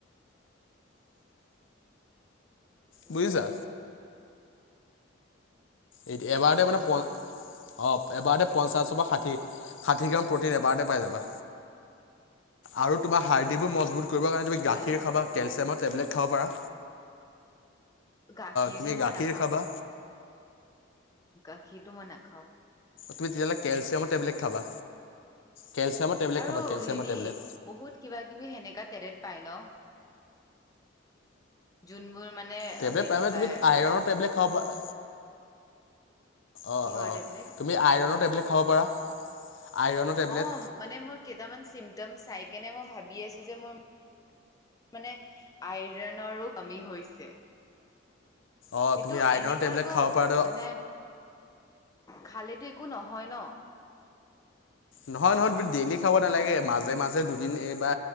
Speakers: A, on the left; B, on the left.
A: <inaudible> অ
B: বুজিছা
A: সেইটো
B: এই এবাৰতে
A: তেতিয়াহলে
B: মানে প'
A: অ
B: অ এবাৰতে পঞ্চাছ বা ষাঠি, ষাঠি গ্ৰাম প্ৰ'টিন এবাৰতে পাই যাবা। আৰু তোমাৰ হাৰ্ডিবোৰ মজবুত কৰিব কাৰণে
A: সেইটো
B: তুমি গাখীৰ
A: সেইটো ভালেই
B: খাবা, কেলচিয়ামৰ টেবলেট খাব পাৰা।
A: গাখীৰ
B: তুমি
A: যে মই
B: গাখীৰ
A: নাখাও।
B: খাবা
A: গাখীৰটো মই নাখাও।
B: তুমি তেতিয়াহ'লে কেলচিয়ামৰ টেবলেট খাবা। কেলচিয়ামৰ টেবলেট
A: আৰু
B: খাবা কেলচিয়ামৰ
A: হেৰি
B: টেবলেট
A: বহুত কিবা কিবি সেনেকা তেলে পাই ন যোনবোৰ মানে
B: টেবলেট
A: হেৰি
B: মানে
A: পাই
B: তুমি
A: আৰু
B: আইৰণৰ টেবলেট খাব পাৰা, অ',
A: কিহৰ
B: -অ'
A: টেবলেট
B: তুমি আইৰণত টেবলেট খাব পাৰা। আইৰণৰ টেবলেট
A: অ' মানে মোৰ কেইটামান চিমটমছ চাই কেনে মই ভাবি আছো যে মোৰ মানে আইৰণৰো কমি হৈছে।
B: অঁ
A: সেইটো
B: তুমি আইৰণৰ
A: এনেকাকো
B: টেবলেট খাব পাৰা ধৰ
A: মানে খালে তো একো নহয় ন'
B: নহয়, নহয় ডেইলি খাব নালাগে, মাজে মাজে দুদিন এই বা